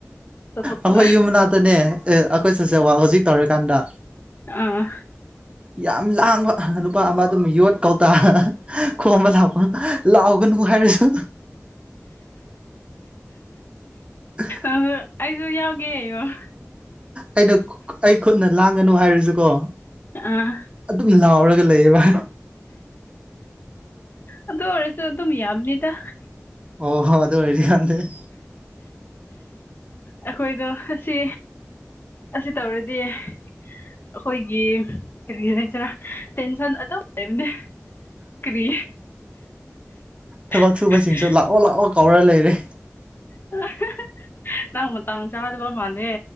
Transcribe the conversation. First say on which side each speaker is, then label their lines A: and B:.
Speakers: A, on the left; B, on the right.
A: ꯆꯠꯊꯣꯛꯄ
B: ꯑꯩꯈꯣꯏ ꯌꯨꯝ ꯃꯥꯅꯥꯛꯇꯅꯦ ꯑꯩꯈꯣꯏ ꯁꯣꯁꯤꯌꯦꯜ ꯋꯥꯔꯛ ꯍꯧꯖꯤꯛ ꯇꯧꯔꯤꯀꯥꯟꯗ
A: ꯑꯥ
B: ꯌꯥꯝ ꯂꯥꯡꯕ ꯅꯨꯄꯥ ꯑꯃ ꯑꯗꯨꯝ ꯌꯣꯠ ꯀꯧꯇꯥ ꯈꯣꯝꯕ ꯂꯥꯛꯄ ꯂꯥꯎꯒꯅꯨꯕꯨ ꯍꯥꯏꯔꯁꯨ ꯎ <unintelligible>
A: ꯑꯗꯨ ꯑꯩꯁꯨ ꯌꯥꯎꯒꯦ ꯑꯣ
B: ꯑꯩꯅ ꯑꯩ ꯈꯨꯠꯅ ꯂꯥꯡꯒꯅꯨ ꯍꯥꯏꯔꯁꯨꯀꯣ
A: ꯑꯥ
B: ꯑꯗꯨꯝ ꯂꯥꯎꯔꯒ ꯂꯩꯌꯦꯕ
A: ꯑꯗꯨ ꯑꯣꯏꯔꯁꯨ ꯑꯗꯨꯝ ꯌꯥꯕꯅꯤꯗ
B: ꯑꯣ ꯍꯣ ꯑꯗꯨꯗ ꯃꯗꯤꯗꯦ <unintelligible>
A: ꯑꯩꯈꯣꯏꯗꯣ ꯑꯁꯤ ꯑꯁꯤ ꯇꯧꯔꯗꯤ ꯑꯩꯈꯣꯏꯒꯤ ꯀꯔꯤꯒꯤ ꯍꯥꯏꯁꯔꯥ ꯇꯦꯟꯁꯟ ꯑꯗꯨ ꯂꯩꯕꯅꯦ ꯀꯔꯤ
B: ꯊꯕꯛ
A: <unintelligible>
B: ꯁꯨꯕꯁꯤꯡꯁꯨ ꯂꯥꯛꯑꯣ ꯂꯥꯛꯑꯣ ꯀꯧꯔ ꯂꯩꯔꯦ
A: <unintelligible> ꯅꯪ ꯃꯇꯥꯡ ꯆꯥꯗꯕ ꯃꯥꯜꯂꯦ